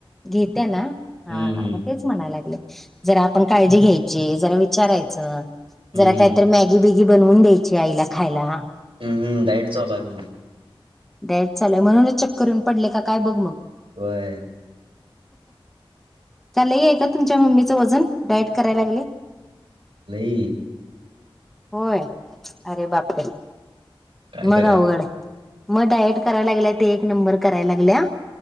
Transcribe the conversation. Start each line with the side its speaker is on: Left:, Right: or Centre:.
Centre: घेतीया ना हा
Right: हं, हं.
Centre: म तेच म्हणायलागले जरा आपण काळजी घ्यायची जरा विचारायांचं
Right: हं,
Centre: जरा
Right: हं.
Centre: काय तर मॅग्गी बिग्गी बनवून द्यायची आईला खायला
Right: हम्म डाईट चालू हाय म्हणतं होती
Centre: डाएट चालूय म्हणूनच चक्कर येऊन पडलीया का काय बघ मग
Right: व्हय
Centre: लई आहे का तुमच्या मम्मीचं वजन डायट करायला लागलेय
Right: नाही.
Centre: होय अरे बापरे!
Right: काय करायचं?
Centre: मग अवघड. मग डायट करायला लागल्या ते एक नंबर करायला लागल्या.